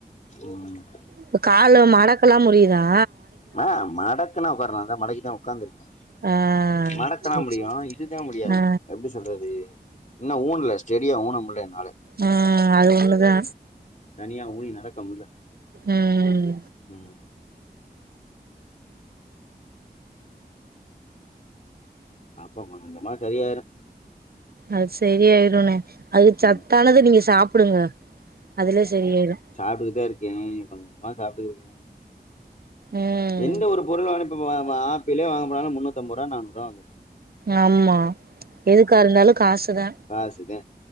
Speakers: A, on the left; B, on the right.
A: ம்.
B: இப்ப காலு மடக்கல்லாம் முடியிதா?
A: ஆ மடக்கலா உக்கார்லா அதா மடக்கிதா உக்காந்துருக்கே.
B: ஆ
A: மடக்கலா
B: சேரி
A: முடியு
B: சேரி
A: இதுதா முடியாது
B: ஆ
A: எப்டி ஸ் சொல்றது இன்னு ஊன்ல ஸ்டெடியா ஊனமுல்ல என்னால.
B: அ அது ஒன்னுதா
A: தனியா ஊனி நடக்க முடில
B: ம்.
A: ம். அப்ப கொஞ்சமா சரியாயிரு.
B: அது சரியாயிறுனு அது சத்தானது
A: ம்
B: நீங்க சாப்டுங்க அதுலயே சரியாயிறு
A: சாப்டுட்டுதா இருக்கே கொஞ்ச கொஞ்சமா சாப்டுட்ருக்கே
B: ம்
A: எந்த ஒரு பொருளு வாங்க இப்ப வ வ ஆப்பிளே வாங்க போனாலு முன்னூத்தம்பருவா நானூறுவா வந்துரு
B: ஆமா எதுக்கா இருந்தாலு காசுதா
A: காசுது